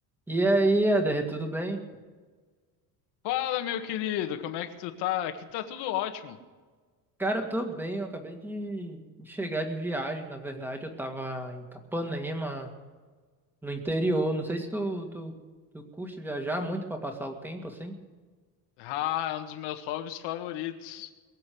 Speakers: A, in the centre; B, on the left (about 75°).
A: E aí, Eder, tudo bem?
B: Fala, meu querido, como é que tu tá? Aqui tá tudo ótimo.
A: Cara, eu tô bem, eu acabei de de chegar de viagem, na verdade, eu tava em Capanema, no interior, não sei se tu, tu, tu curte viajar muito pra passar o tempo, assim?
B: Ah, é um dos meus hobbies favoritos.